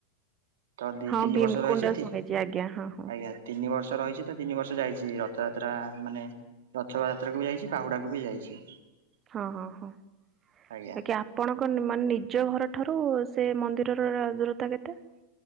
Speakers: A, on the right; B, on the right.
A: ତ ଦି
B: ହଁ
A: ତିନି
B: ଭୀମକୁଣ୍ଡ
A: ବର୍ଷ ରଇଚିନ୍ତି
B: ଶୁଣିଛି ଆଜ୍ଞା ହଁ ହଁ।
A: ଆଜ୍ଞା। ତିନି ବର୍ଷ ରହିଛି ତ ତିନି ବର୍ଷ ଯାଇଛି ରଥଯାତ୍ରା ମାନେ ରଥ ଯାତ୍ରାକୁ ବି ଯାଇଛି ବାହୁଡ଼ାକୁ ବି ଯାଇଛି।
B: ହଁ ହଁ ହଁ
A: ଆଜ୍ଞା
B: <unintelligible> ଆପଣଙ୍କ ମାନେ ନିଜ ଘରଠାରୁ ସେ ମନ୍ଦିରର ଦୂରତା କେତେ?